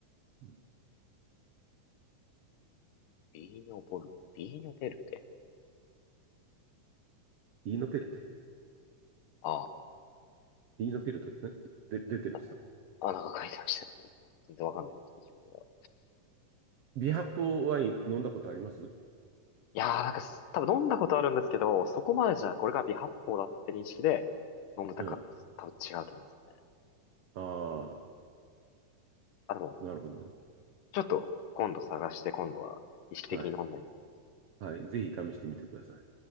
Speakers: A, on the right; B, on the left.
A: うん
B: ビーニョボル、ビーニョベルテ。
A: イーノペルテ。
B: あ
A: イーノペルテって、ね、で出てるんですか
B: あ、あ、なんか書いてましたね。全然わかんないんですけど、自分は。
A: ビハッポワイン飲んだことあります
B: いやー、なんかす、多分飲んだことあるんですけど、そこまでじゃ、これが微発泡だって認識で飲んでたかと、
A: うん。
B: 多分違うと思いますね。
A: ああ、
B: あ、でも、
A: なるほどね。
B: ちょっと、今度探して、今度は意識的に飲んでみ
A: はい。はい。ぜひ試してみてください。